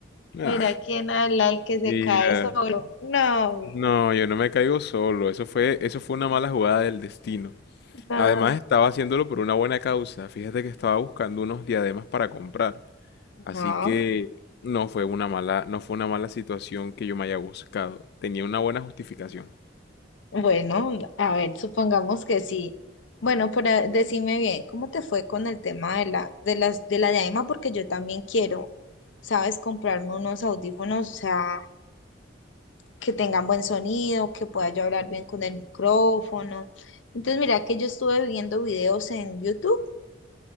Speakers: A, on the left; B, on the left.
A: Mira
B: Ah,
A: quién habla, el que se
B: mira.
A: cae solo. No, mijo,
B: No, yo no me caigo solo, eso fue, eso fue una mala jugada del destino.
A: no.
B: Además, estaba haciéndolo por una buena causa. Fíjate que estaba buscando unos diademas para comprar. Así
A: Ajá.
B: que no fue una mala, no fue una mala situación que yo me haya buscado. Tenía una buena justificación.
A: Bueno, a ver, supongamos que sí. Bueno, pero decime bien, ¿cómo te fue con el tema de la, de las, de la diadema? Porque yo también quiero, ¿sabes? Comprarme unos audífonos, o sea, que tengan buen sonido, que pueda yo hablar bien con el micrófono. Entonces, mira que yo estuve viendo videos en YouTube